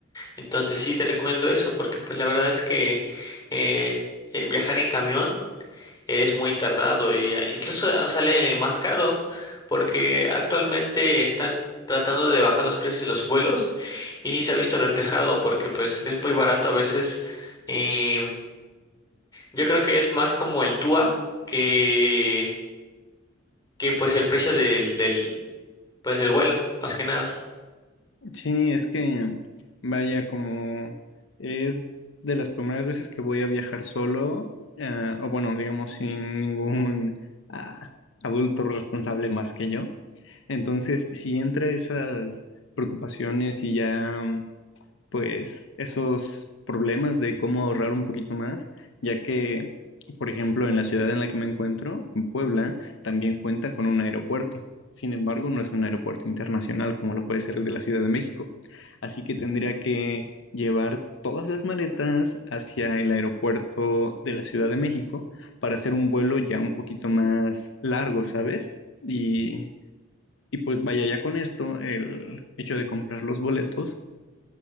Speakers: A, on the left; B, on the left.
A: Entonces sí te recomiendo eso porque pues la verdad es que eh, es- eh, viajar en camión es muy tardado y eh, incluso ah, sale más caro porque actualmente están tratando de bajar los precios de los vuelos y sí se ha visto reflejado porque pues es muy barato a veces em, yo creo que es más como el TUA que que pues el precio del del pues del vuelo más que nada
B: Sí, es que, vaya, como es de las primeras veces que voy a viajar solo, eh, o bueno, digamos, sin ningún ah, adulto responsable más que yo. Entonces, si entra esas preocupaciones y ya pues esos problemas de cómo ahorrar un poquito más, ya que, por ejemplo, en la ciudad en la que me encuentro, en Puebla, también cuenta con un aeropuerto. Sin embargo, no es un aeropuerto internacional como lo puede ser el de la Ciudad de México. Así que tendría que llevar todas las maletas hacia el aeropuerto de la Ciudad de México para hacer un vuelo ya un poquito más largo, ¿sabes? Y, y pues vaya, ya con esto, el hecho de comprar los boletos